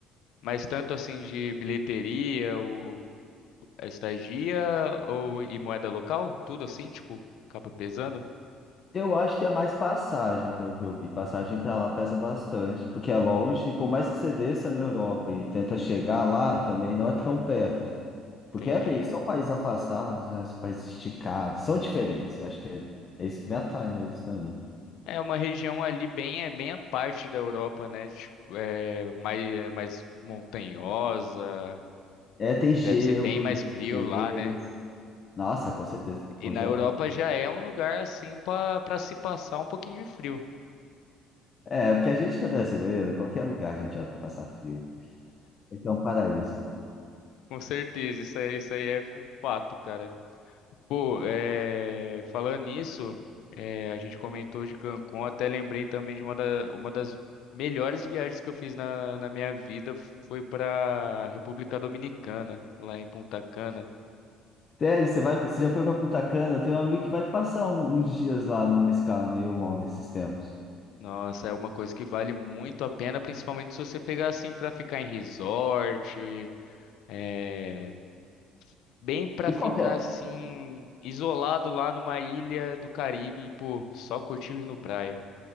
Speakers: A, on the left; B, on the left.
A: Mas tanto assim de bilheteria, ou a estadia, ou e moeda local? Tudo assim, tipo, acaba pesando?
B: Eu acho que é mais passagem, pelo que eu vi. Passagem para lá pesa bastante, porque é longe. Por mais que você desça na Europa e tenta chegar lá, também não é tão perto.
A: Entendi.
B: Porque é bem, são países afastados, né? São países esticados, são diferentes. Eu acho que é, é isso que me atrai neles também.
A: É uma região ali bem, é bem a parte da Europa, né? Tipo, é mais, mais montanhosa,
B: É, tem gelo,
A: deve ser bem mais frio
B: geleiras.
A: lá, né?
B: Nossa, com certeza,
A: E
B: congelar.
A: na Europa já é um lugar assim pra para se passar um pouquinho de frio.
B: É, porque a gente que é brasileiro, qualquer lugar a gente vai passar frio. Então, paraíso.
A: Com certeza, isso aí, isso aí é um fato, cara. Pô, é, falando nisso, é, a gente comentou de Cancún, até lembrei também de uma, da- uma das melhores viagens que eu fiz na, na minha vida foi pra República Dominicana, lá em Punta Cana.
B: Até você
A: Sim.
B: vai, você já foi para Punta Cana? Eu tenho um amigo que vai passar um- uns dias lá numa escala meio longa esses tempos.
A: Nossa, é uma coisa que vale muito a pena, principalmente se você pegar assim pra ficar em resort, é, Bem pra
B: E
A: ficar
B: qual que é?
A: assim, isolado lá numa ilha do Caribe, e, pô, só curtindo no praia.